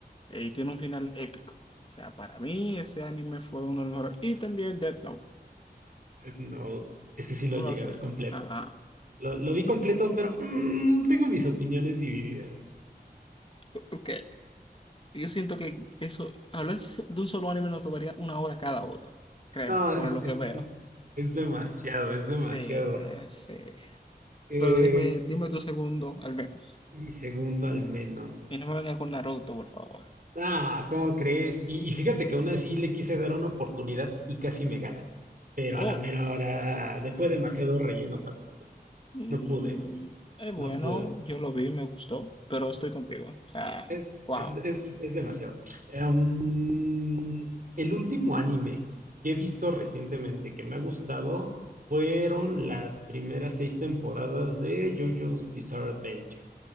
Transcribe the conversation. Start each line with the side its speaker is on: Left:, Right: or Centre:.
Left: eh, y tiene un final épico. O sea, para mí ese anime fue uno de los mejores. Y también Death Note,
Right: No, ese sí
Left: ¿no
Right: lo llegué
Left: lo has
Right: a
Left: visto?
Right: ver completo.
Left: Ajá.
Right: Lo, lo vi completo, pero mm, tengo mis opiniones divididas.
Left: O- Ok, yo siento que eso, hablar de un solo anime nos tomaría una hora cada uno, créeme,
Right: No, es,
Left: por lo
Right: es,
Left: que veo.
Right: es, es demasiado, es demasiado.
Left: Sí, sí.
Right: Eh,
Left: Pero dime, dime tu segundo, al menos.
Right: mi segundo al menos.
Left: Y no me vengas con Naruto, por favor.
Right: Ah, ¿cómo crees? Y, y fíjate que aún así le quise dar una oportunidad y casi me gana. Pero
Left: Oh,
Right: a la mera hora, después demasiado relleno para mi gusto.
Left: mm,
Right: No pude,
Left: es bueno,
Right: no pude.
Left: yo lo vi, me gustó, pero estoy contigo. O sea,
Right: Es,
Left: wow.
Right: es, es, es demasiado. Em, el último anime que he visto recientemente que me ha gustado fueron las primeras seis temporadas de JoJo's Bizarre Adventure.